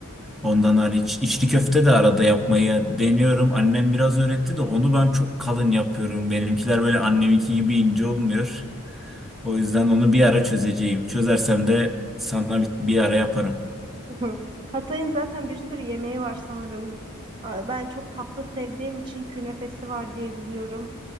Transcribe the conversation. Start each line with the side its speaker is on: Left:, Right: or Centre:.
Centre: Ondan hariç içli köfte de arada yapmayı deniyorum. Annem biraz öğretti de onu ben çok kalın yapıyorum. Benimkiler böyle anneminki gibi ince olmuyor. O yüzden onu bir ara çözeceğim. Çözersem de sana bir bir ara yaparım.
Right: <laughs> Hı hı. Hatay'ın zaten bir sürü yemeği var sanırım. Aa, Ben çok tatlı sevdiğim için künefesi var diye biliyorum.